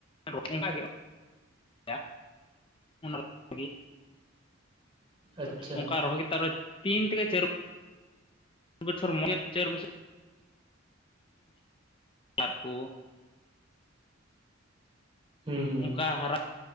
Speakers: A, on the left; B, on the right.
A: <unintelligible> ᱚᱝᱠᱟ ᱡᱚᱜᱼᱟ <unintelligible> ᱚᱱᱟᱜᱤ᱾
B: ᱟᱪᱪᱷᱟ
A: ᱚᱝᱠᱟ ᱨᱚᱦᱚᱭ <unintelligible> ᱨᱮ ᱛᱤᱱ ᱛᱷᱮᱠᱮ ᱪᱟᱹᱨ ᱵᱚᱪᱷᱚᱨ <unintelligible> ᱪᱟᱹᱨ ᱵᱚᱪᱷᱚᱨ᱾ ᱟᱨ ᱠᱩ᱾
B: ᱦᱩᱸ ᱦᱩᱸ
A: ᱚᱝᱠᱟ ᱦᱟᱨᱟ